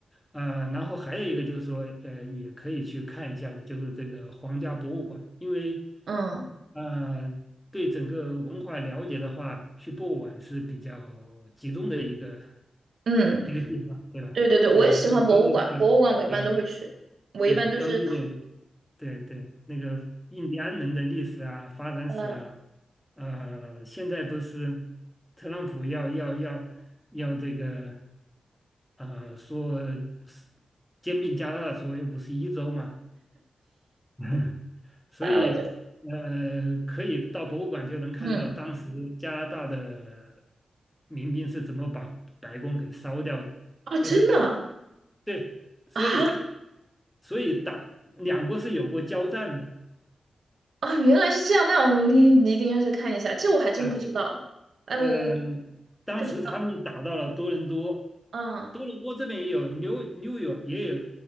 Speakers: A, in the centre; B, on the right.
A: 呃，然后还有一个就是说，呃，也可以去看一下的，就是这个皇家博物馆，因为
B: 嗯
A: 呃，对整个文化了解的话，去博物馆是比较集中的一个
B: 嗯，
A: 一个地方，对吧？
B: 对对对，我也喜欢博物馆，
A: 呃，了解当地的，
B: 博物馆我一般都会去，
A: 呃，呃
B: 我一般都是
A: 对当地的，对对，那个印第安人的历史啊、发展史啊，
B: 呃
A: 呃，现在不是特朗普要要要要这个呃说是兼并加拿大所谓五十一州嘛，<laughs> 所以呃可以到博物馆就能看到当时加拿大的
B: 范我的，嗯
A: 民兵是怎么把白宫给烧掉的，
B: 啊，
A: 就是
B: 真的
A: 对，所以
B: 啊
A: 所以打两国是有过交战的。
B: 啊，原来是这样，那我你你一定要去看一下，这我还真不知道，
A: 哎
B: 哎，
A: 嗯，
B: 我我不知道，
A: 当时他们打到了多伦多，
B: 嗯
A: 多伦多这边也有，New New York 也有，